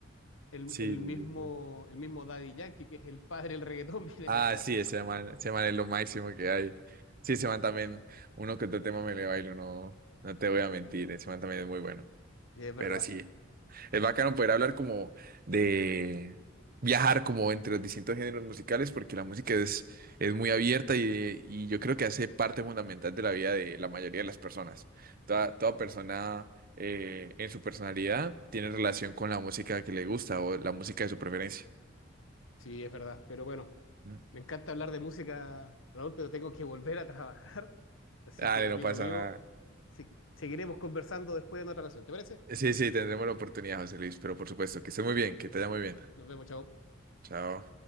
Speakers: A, on the left; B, on the right.
A: El,
B: sí,
A: el
B: sí,
A: mismo,
B: sí, sí.
A: el mismo Daddy Yankee, que es el padre del reggaetón, <laughs> viene
B: Ah,
A: de allá,
B: sí,
A: entonces.
B: ese man, ese man es lo máximo que hay. Sí, ese man también, uno que otro tema me le bailo, no, no te voy a mentir, ese man también es muy bueno,
A: Sí, es verdad,
B: pero sí. Es bacano poder hablar como de viajar como entre los distintos géneros musicales porque la música es, es muy abierta y, y yo creo que hace parte fundamental de la vida de la mayoría de las personas. Toda, toda persona eh, en su personalidad tiene relación con la música que le gusta o la música de su preferencia.
A: sí, es verdad, pero bueno,
B: ¿Mm?
A: me encanta hablar de música, Raúl, pero tengo que volver a trabajar, así
B: Dale,
A: que amigo
B: no pasa
A: vivo
B: nada.
A: se- seguiremos conversando después en otra ocasión, ¿te parece?
B: Sí, sí, tendremos la oportunidad, José Luis, pero por supuesto, que esté muy bien, que te vaya muy bien.
A: Nos vemos, chao.
B: Chao.